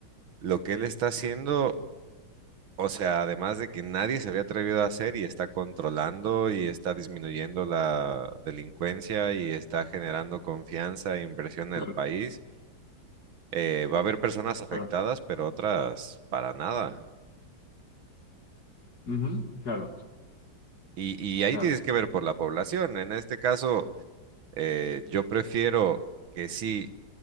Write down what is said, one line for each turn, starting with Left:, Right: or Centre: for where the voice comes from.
Right: Lo que él está haciendo, o sea, además de que nadie se había atrevido a hacer y está controlando y está disminuyendo la delincuencia y está generando confianza e inversión en
Left: Claro,
Right: el país, eh, va a haber personas afectadas,
Left: claro.
Right: pero otras para nada.
Left: Ujú, claro,
Right: Y, y ahí
Left: claro.
Right: tienes que ver por la población. En este caso, eh, yo prefiero que sí,